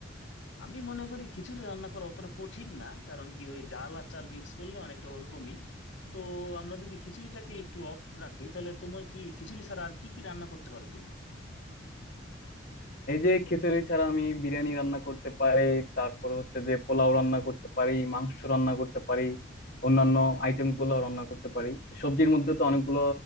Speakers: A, on the left; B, on the left.
A: আমি মনে করি খিচুড়ি রান্না করা অতটা কঠিন না কারণ কি ওই ডাল আর চাল মিক্স করলে অনেকটা ওরকমই তো আমরা যদি খিচুড়িটাকে একটু অফ রাখি তাহলে তোমার কি খিচুড়ি ছাড়া আর কি কি রান্না করতে পারো তুমি
B: এই যে খিচুড়ি ছাড়া আমি বিরিয়ানি রান্না করতে পারি তারপর হচ্ছে যে পোলাও রান্না করতে পারি মাংস রান্না করতে পারি অন্যান্য আইটেম গুলো রান্না করতে পারি সবজির মধ্যে তো অনেকগুলো